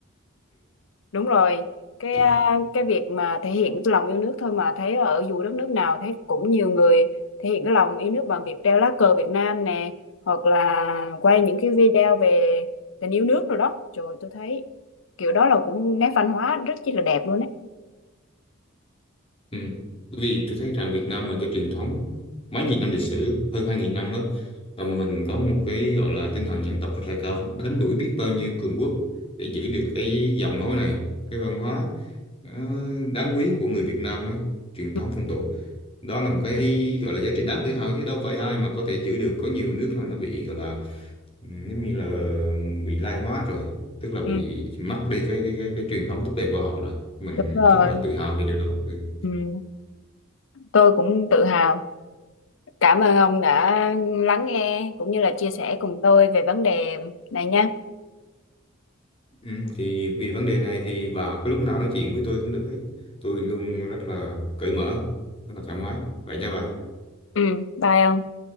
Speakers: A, on the left; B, on the left.
A: Đúng rồi, cái
B: ừ.
A: à, cái việc mà thể hiện cái lòng yêu nước thôi mà thấy ở dù đất nước nào thấy cũng nhiều người thể hiện cái lòng yêu nước bằng việc treo lá cờ Việt Nam nè hoặc là quay những cái video về tình yêu nước rồi đó. Trời tôi thấy kiểu đó là cũng nét văn hóa rất chi là đẹp luôn á.
B: Ừ. Bởi vì tôi thấy rằng Việt Nam mình cái truyền thống mấy nghìn năm lịch sử hơn 2.000 năm đó và mình có một cái gọi là tinh thần dân tộc rất là cao đánh đuổi biết bao nhiêu cường quốc để giữ được cái giọng nói này cái văn hóa ờ, đáng quý của người Việt Nam ấy truyền thống
A: Ừ.
B: phong tục đó là một cái gọi là giá trị đáng tự hào chứ đâu phải ai mà có thể giữ được có nhiều nước là nó bị gọi là ừ, giống như là bị lai hóa rồi tức là bị
A: Ừ.
B: mất đi cái cái cái, cái truyền thống tốt đẹp của họ rồi mình
A: Đúng rồi,
B: rất là tự hào về điều đó Ừ.
A: ừ. Tôi cũng tự hào. Cảm ơn ông đã lắng nghe cũng như là chia sẻ cùng tôi về vấn đề này nha.
B: Ừ, thì vì vấn đề này thì bà có lúc nào nói chuyện với tôi cũng được hết. Tôi luôn rất là cởi mở, rất là thoải mái. Vậy nha bà.
A: Ừ, bye ông.